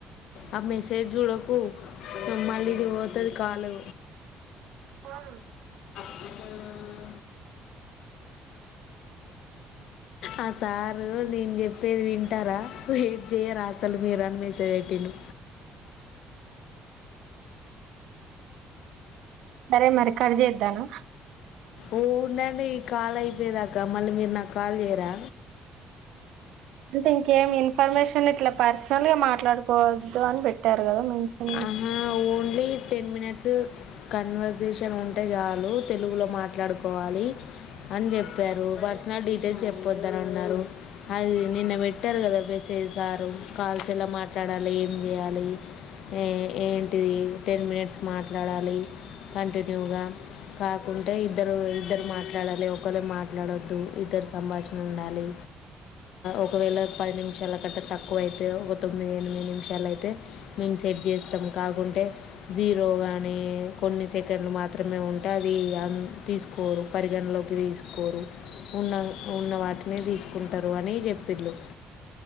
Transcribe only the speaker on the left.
ఆ మెసేజ్ చూడకు మళ్ళీది పోతాది కాలు
అ ఆ సారు నేను చెప్పేది వింటారా వెయిట్ చేయరా అసలు మీరు అనిమేసేజి పెట్టిను
ఉహ్ ఉందండి ఈ కాల్ అయిపోయదాకా మళ్ళీ మీరు నాకు కాల్ చేయరా
ఆహా ఓన్లీ టెన్ మినిట్స్ కన్వర్సేషన్ ఉంటే చాలు, తెలుగులో మాట్లాడుకోవాలి అని చెప్పారు, పర్సనల్, డీటెయిల్స్ చెప్పొద్ద అని అన్నారు అది నిన్న పెట్టారు కదా బెసేసారు కాల్స్ ఎలా మాట్లాడాలి ఏం చేయాలి ఎ ఏంటిది టెన్ మినిట్స్ మాట్లాడాలి కంటిన్యూగా కాకుంటే ఇద్దరు ఇద్దరు మాట్లాడాలి ఒకరే మాట్లాడొద్దు ఇద్దరు సంభాషణ ఉండాలి, ఒకవేళ పది నిమిషాల కంటే తక్కువైతే ఒక తొమ్మిది ఎనిమిది నిమిషాలు అయితే మేము సెట్ చేస్తాం కాకుంటే జీరో కానీ కొన్ని సెకండ్లు మాత్రమే ఉంటే అది అ తీసుకోరు పరిగణలోకి తీసుకోరు ఉన్న ఉన్న వాటిని తీసుకుంటారు అని చెప్పిళు